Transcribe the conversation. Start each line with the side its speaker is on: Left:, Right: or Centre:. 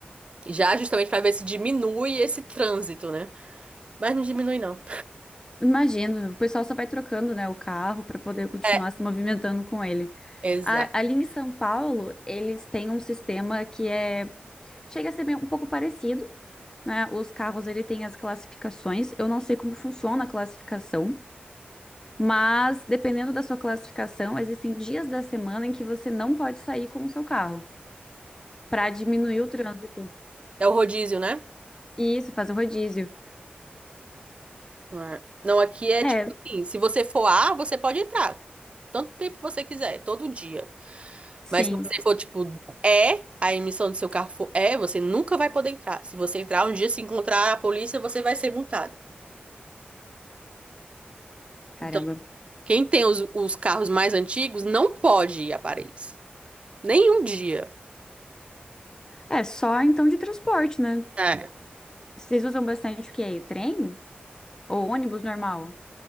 Right: Já justamente para ver se diminui esse trânsito, né? Mas não diminui, não.
Left: Imagino, o pessoal só vai trocando, né, o carro para poder continuar
Right: É,
Left: se movimentando com ele.
Right: exato.
Left: A- ali em São Paulo, eles têm um sistema que é chega a ser bem- um pouco parecido, né? Os carros ele tem as classificações. Eu não sei como funciona a classificação, mas dependendo da sua classificação, existem dias da semana em que você não pode sair com o seu carro para diminuir o trânsito.
Right: É o rodízio, né?
Left: E isso faz o rodízio.
Right: Não, é- não, aqui é
Left: É,
Right: tipo assim, se você for A, você pode entrar. Tanto tempo que você quiser, todo dia.
Left: sim.
Right: Mas se você for, tipo, é, a emissão do seu carro for é, você nunca vai poder entrar. Se você entrar um dia, se encontrar a polícia, você vai ser multado.
Left: Caramba.
Right: Então, quem tem os, os carros mais antigos não pode ir a Paris. Nenhum dia.
Left: É só então de transporte, né?
Right: É.
Left: Vocês usam bastante o quê? Trem ou ônibus normal?